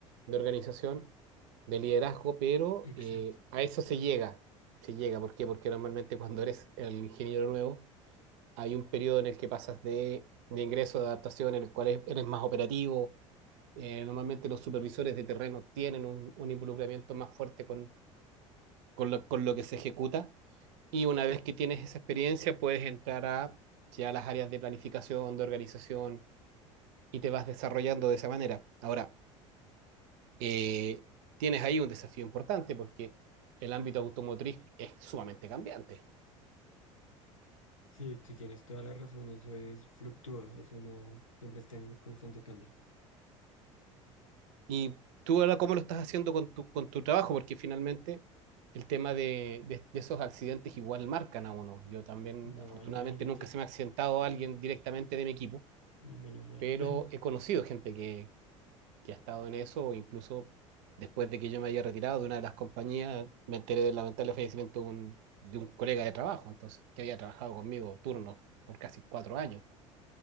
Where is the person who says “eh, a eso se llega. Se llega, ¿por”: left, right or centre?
Right